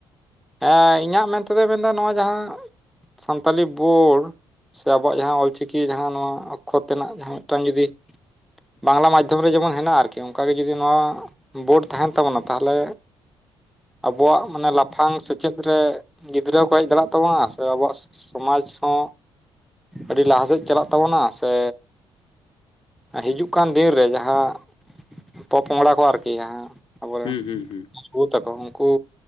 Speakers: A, in the centre; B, on the left.
A: ᱦᱮᱸ ᱤᱧᱟᱹᱜ ᱢᱮᱱᱛᱮᱫᱚᱧ ᱢᱮᱱᱫᱟ ᱱᱚᱣᱟ ᱡᱟᱦᱟᱸ ᱥᱟᱱᱛᱟᱞᱤ ᱵᱳᱨᱲ ᱥᱮ ᱟᱵᱚᱣᱟᱜ ᱡᱟᱦᱟᱸ ᱚᱞ ᱪᱤᱠᱤ ᱡᱟᱦᱟᱸ ᱱᱚᱣᱟ ᱚᱠᱠᱷᱚᱛ ᱨᱮᱱᱟᱜ ᱡᱟᱦᱟᱸ ᱢᱤᱫᱴᱟᱝ ᱡᱩᱫᱤ ᱵᱟᱝᱜᱽᱞᱟ ᱢᱟᱫᱽᱫᱷᱚᱢ ᱨᱮ ᱡᱮᱢᱚᱱ ᱦᱮᱱᱟᱜᱼᱟ ᱟᱨᱠᱤ ᱚᱱᱠᱟᱜ ᱜᱮ ᱡᱩᱫᱤ ᱱᱚᱣᱟ ᱵᱳᱨᱰ ᱛᱟᱦᱮᱱ ᱛᱟᱵᱚᱱᱟ ᱛᱟᱦᱚᱞᱮ ᱟᱵᱚᱣᱟᱜ ᱢᱟᱱᱮ ᱞᱟᱯ ᱞᱟᱯᱷᱟᱝ ᱥᱮᱪᱮᱫ ᱨᱮ ᱜᱤᱫᱽᱨᱟᱹ ᱠᱚ ᱦᱮᱡ ᱫᱟᱲᱮᱭᱟᱜ ᱛᱟᱵᱚᱱᱟ ᱥᱮ ᱟᱵᱚᱣᱟᱜ ᱥᱚᱢᱟᱡᱽ ᱦᱚᱸ ᱟᱹᱰᱤ ᱞᱟᱦᱟ ᱥᱮᱫ ᱪᱟᱞᱟᱜ ᱛᱟᱵᱚᱱᱟ ᱥᱮ ᱦᱤᱡᱩᱜ ᱠᱟᱱ ᱫᱤᱱ ᱨᱮ ᱡᱟᱦᱟᱸ ᱯᱚᱼᱯᱚᱝᱲᱟ ᱠᱚ ᱟᱨᱠᱤ ᱡᱟᱦᱟᱸ ᱟᱵᱚᱨᱮᱱ
B: ᱦᱩᱸ ᱦᱩᱸ ᱦᱩᱸ
A: ᱵᱩ ᱛᱟᱠᱚ ᱩᱱᱠᱩ